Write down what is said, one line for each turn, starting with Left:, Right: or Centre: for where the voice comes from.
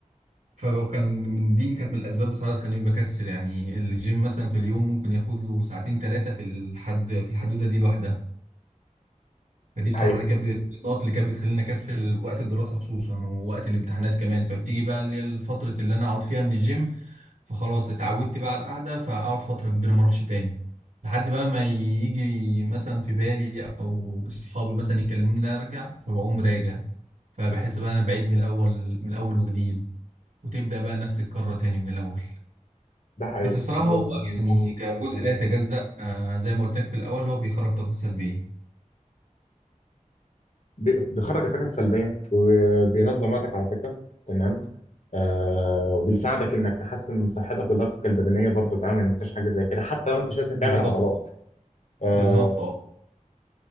Right: فهو كان من دي كانت من الاسباب بصراحه اللي تخليني بكسل يعني الجيم مثلا في اليوم ممكن ياخد له ساعتين ثلاثه في الحد في الحدوده دي لوحدها فدي
Left: ده
Right: بصراحه
Left: حقيقي
Right: اللي كانت بت- النقط اللي كانت بتخليني اكسل وقت الدراسه خصوصا ووقت الامتحانات كمان فبتيجي بقى اللي هي الفتره اللي انا اقعد فيها من الجيم فخلاص اتعودت بقى على القعده فاقعد فتره كبيره ما اروحش تاني لحد بقى ما يجي مثلا في بالي او اصحابي مثلا يكلموني لا ارجع فبقوم راجع فبحس بقى انا بعيد من الاول من الاول وجديد وتبدأ بقى نفس الكرة تاني من الأول
Left: ده حقيقي
Right: بس بصراحة
Left: أنا
Right: هو
Left: لازم أعمل
Right: يعني كجزء
Left: حاجة في الموضوع
Right: لا يتجزأ
Left: ده.
Right: آه زي ما قلت لك في الأول هو بيخرج طاقة سلبية
Left: بي- بيخرج الطاقه السلبيه وبينظم وقتك على فكره تمام آه وبيساعدك انك تحسن من صحتك ولياقتك البدنيه برضه تعمل ما تنساش حاجه زي كده حتى لو انت مش لازم تعمل
Right: بالظبط
Left: عضلات آه،
Right: بالظبط اه